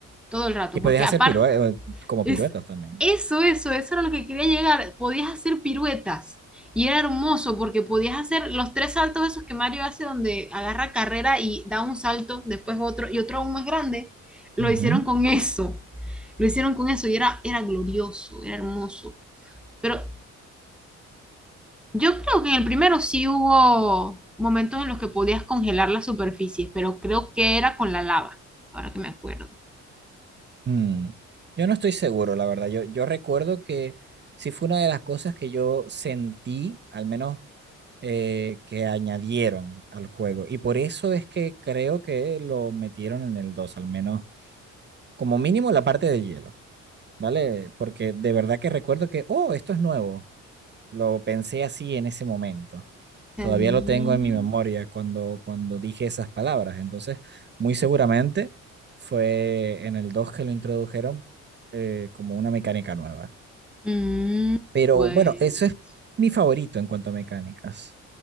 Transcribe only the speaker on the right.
Y podías
hacer pirue- como
piruetas también.
Ujú.
Mm, Yo no estoy seguro, la verdad. Yo, yo recuerdo que sí fue una de las cosas que yo sentí, al menos eh, que añadieron al juego. Y por eso es que creo que lo metieron en el 2, al menos como mínimo la parte de hielo, ¿vale? Porque de verdad que recuerdo que, oh, esto es nuevo. Lo pensé así en ese momento. Todavía
lo tengo en mi memoria cuando, cuando dije esas palabras. Entonces, muy seguramente fue en el 2 que lo introdujeron eh, como una mecánica nueva.
Pero
bueno, eso es mi favorito en cuanto a mecánicas.